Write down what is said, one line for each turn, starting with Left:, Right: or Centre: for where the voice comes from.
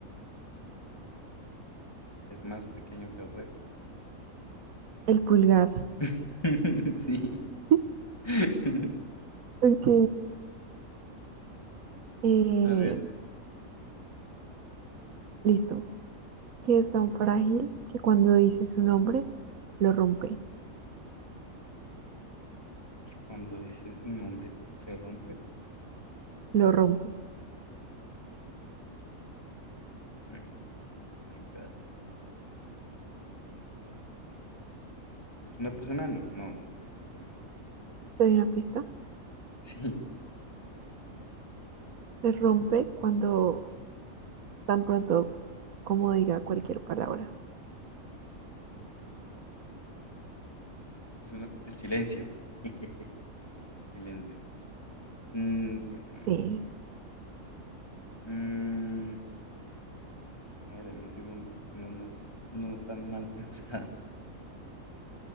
Left: Es más pequeño que el resto.
Right: El pulgar.
Left: <laughs> Sí.
Right: <laughs>
Left: <laughs>
Right: Ok, eh,
Left: A ver,
Right: listo. Que es tan frágil que cuando dice su nombre, lo rompe,
Left: que cuando dices su nombre se rompe.
Right: lo rompe.
Left: Mm, Oh my God. ¿Es una persona? No, no, no es una persona.
Right: ¿Te doy una pista?
Left: <laughs> Sí,
Right: Se rompe cuando tan pronto como diga cualquier palabra.
Left: es una- el silencio. <laughs> El silencio. Mm, bueno, a ver.
Right: Sí,
Left: Mm, A ver, dame un segundo, busco unas más no tan mal <laughs> pensadas.